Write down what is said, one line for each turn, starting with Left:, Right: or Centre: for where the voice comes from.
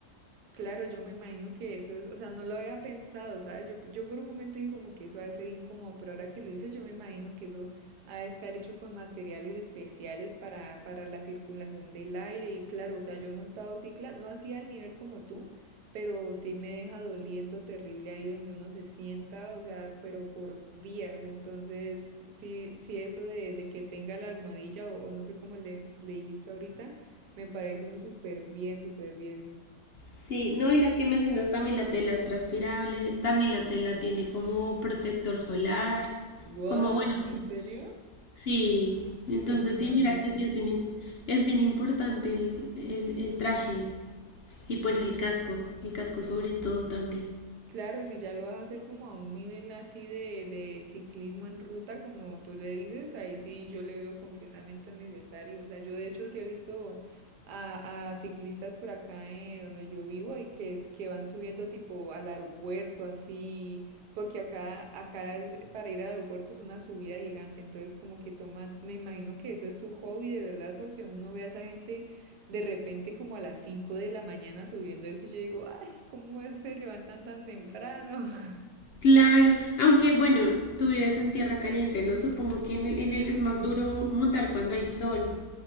Right: Claro, yo me imagino que eso es, o sea, no lo había pensado, ¿sabes? Yo, yo por un momento dije como que eso ha de ser incómodo, pero ahora que lo dices, yo me imagino que eso ha de estar hecho con materiales especiales para, para la circulación del aire y claro, o sea, yo he montado cicla, no así al nivel como tú, pero sí me deja doliendo terrible ahí donde uno se sienta, o sea, pero por días, entonces, sí, sí eso de, de que tenga la almohadilla o, o no sé cómo le, le dijiste ahorita, me parece un súper bien, súper bien.
Left: Sí, no, y lo que mencionas también la tela es transpirable, también la tela tiene como protector solar,
Right: What?
Left: como bueno,
Right: ¿En
Left: sí,
Right: serio?
Left: sí. Entonces
Right: ¿Qué tecnología?
Left: sí, mira que sí es bien, im- es bien importante el, el, el traje y pues el casco, el casco sobre todo también.
Right: Claro, si ya lo vas a hacer como a un nivel así de, de ciclismo en ruta, como tú le dices, ahí sí yo le veo completamente necesario. O sea, yo de hecho sí he visto a, a ciclistas por acá eh, donde yo vivo y que es que van subiendo tipo al aeropuerto, así, porque acá, acá es- para ir al aeropuerto es una subida gigante, entonces como que toman, me imagino que eso es su hobby de verdad, porque uno ve a esa gente de repente como a las 5 de la mañana subiendo eso y yo digo, ¿Cómo se levantan tan temprano? <laughs>
Left: Claro, aunque bueno, tú vives en tierra caliente, ¿no? Supongo que en el, en el es más duro montar cuando hay sol.